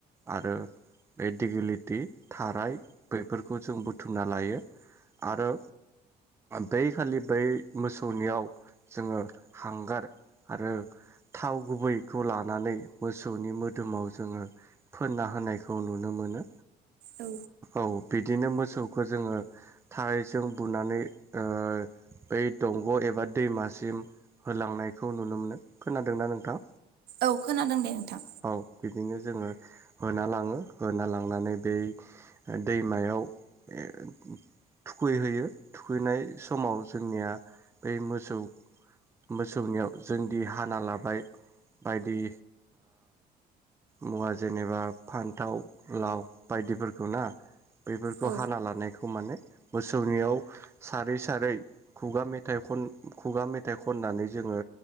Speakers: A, on the right (about 15°); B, on the right (about 70°).
A: आरो बे दिगेलिटि थाराय बेफोरखौ जों बुथुमना लायो आरो बै खालि बै मोसौनियाव जोङो हांगार आरो थाव गुबैखौ लानानै मोसौनि मोदोमाव जोङो फोनना होनायखौ नुनो मोनो
B: औ
A: औ बिदिनो मोसौखौ जोङो थाराइजों बुनानै ओ बै दंग एबा दैमासिम होलांनायखौ नुनो मोनो खोनादोंना नोंथां
B: औ खोनादों दे नोंथां
A: औ बिदिनो जोङो होना लाङो होना लांनानै बै दैमायाव ए थुखैहैयो थुखैनाय समाव जोंनिया बै मोसौ मोसौनियाव जोंदि हाना लाबाय बायदि मबा जेनेबा फान्थाव लाव बायदिफोरखौ ना बेफोरखौ
B: औ
A: हाना लानायखौ माने मोसौनियाव सारै सारै खुगा मेथाइ ख- खन खुगा मेथाइ खननानै जोङो